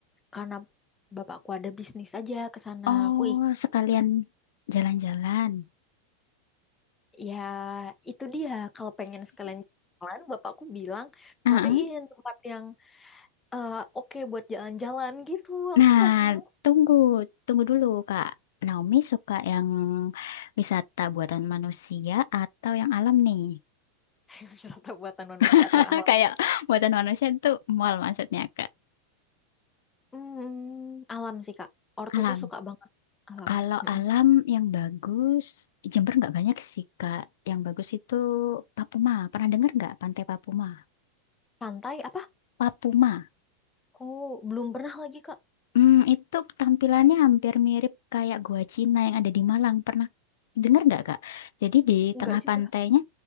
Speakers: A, on the left; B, on the left.
A: karena bapakku ada bisnis aja ke sana.
B: Oh,
A: Aku ikut.
B: sekalian jalan-jalan.
A: Ya, itu dia. Kalau pengen sekalian jalan, bapakku bilang
B: Heeh.
A: cariin tempat yang eh, oke buat jalan-jalan gitu. Aku
B: Nah,
A: nggak tahu
B: tunggu, tunggu dulu, Kak. Naomi suka yang wisata buatan manusia atau yang alam nih?
A: <laughs> wisata buatan manusia
B: <laughs>
A: atau alam
B: Kayak buatan manusia itu mall maksudnya, Kak.
A: Hmm, alam sih Kak. Ortuku
B: Alam.
A: suka banget alam.
B: Kalau
A: Mm-mm.
B: alam yang bagus, Jember nggak banyak sih, Kak. Yang bagus itu Papuma. Pernah dengar nggak Pantai Papuma?
A: Pantai apa?
B: Papuma.
A: Oh, belum pernah lagi Kak.
B: Hmm, itu tampilannya hampir mirip kayak gua Cina yang ada di Malang. Pernah dengar nggak, Kak? Jadi di
A: Enggak
B: tengah pantainya
A: juga.